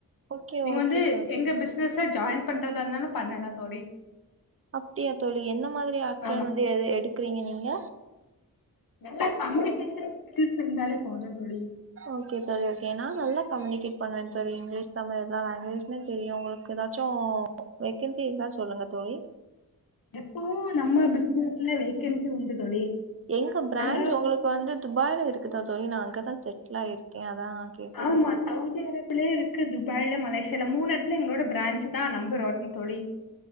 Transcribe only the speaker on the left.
நீங்க
வந்து
எங்க பிசினஸ்ல ஜாயின் பண்றதா இருந்தாலு பண்ணலா தோழி
ஆமா
நல்ல கம்யூனிகேஷன் ஸ்கில்ஸ் இருந்தாலே போது தோழி
எப்பவு நம்ம பிஸ்னஸ்ல வேக்கென்சி உண்டு தோழி
நாங்க
ஆமா சவுதி அரேபிலே இருக்குது துபாய்ல மலேசியால மூணு எடத்துல எங்களோட ப்ராஞ்சு தா நம்பர் ஒன் தோழி